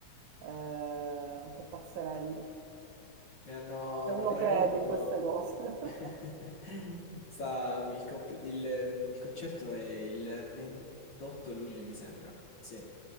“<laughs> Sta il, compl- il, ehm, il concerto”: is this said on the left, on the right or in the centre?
Left